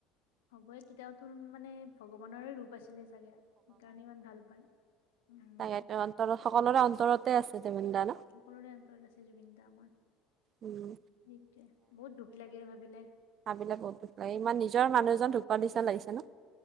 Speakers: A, on the left; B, on the right.
A: হ'বই কেতিয়া তোন মানে ভগৱানৰে ৰূপ আছিলে চাগে সেইকাৰণে ইমান ভাল পায় উম
B: তাকে অন্তৰত সকলোৰে অন্তৰতে আছে জুবিন দা ন
A: সকলোৰে অন্তৰত আছে জুবিন দা আমাৰ সেইটোৱে
B: উম
A: বহুত দুখ লাগে ভাবিলে
B: কথাবিলাক বহুত দুখ লাগে ইমান নিজৰ
A: উম
B: মানুহ এজন ঢুকোৱাৱ নিচনা লাগিছে ন